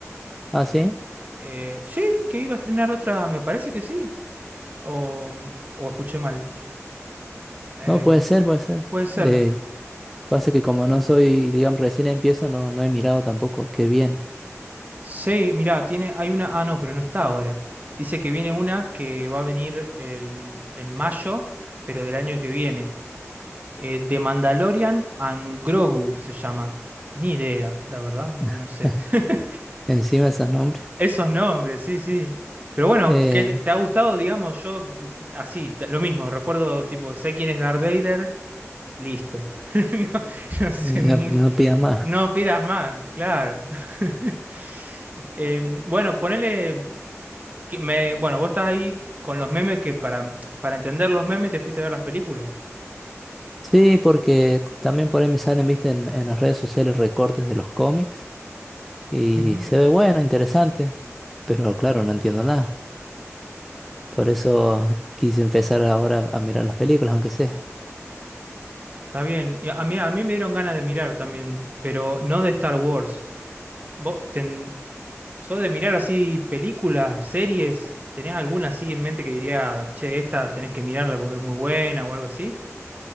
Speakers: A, in the centre; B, on the right.
A: Ah, sí.
B: Eh, sí, que iba a estrenar otra, me parece que sí. o, o escuché mal. Eh,
A: No, puede ser, puede ser.
B: puede ser.
A: Eh, pasa que como no soy, digamos, recién empiezo, no, no he mirado tampoco qué viene.
B: Sí, mirá, tiene, hay una. Ah, no, pero no está ahora. Dice que viene una que va a venir el- en mayo, pero del año que viene. Eh, The Mandalorian and Grogu se llama. Ni idea, la verdad, no,
A: <laughs>
B: no sé. <laughs>
A: Encima esos nombres.
B: Esos nombres, sí, sí. Pero bueno,
A: Eh,
B: ¿qué te, te ha gustado, digamos, yo mm, así, t- lo mismo, recuerdo, tipo, sé quién es Darth Vader, listo. <laughs> No, no sé
A: no,
B: muy,
A: no pidas más.
B: no pidas más, claro. <laughs> Em, bueno, ponele y que me, bueno, vos estás ahí con los memes que para, para entender los memes te fuiste a ver las películas.
A: Sí, porque también por ahí me salen, viste, en, en las redes sociales recortes de los cómics y
B: Ujú.
A: se ve bueno, interesante, pero claro, no entiendo nada. Por eso quise empezar ahora a mirar las películas, aunque sea.
B: Está bien. Y a mí, a mí me dieron ganas de mirar también, pero no de Star Wars. ¿Vos ten- Yo de mirar así películas, series, ¿tenés alguna así en mente que diría, che, esta tenés que mirarla porque es muy buena o algo así?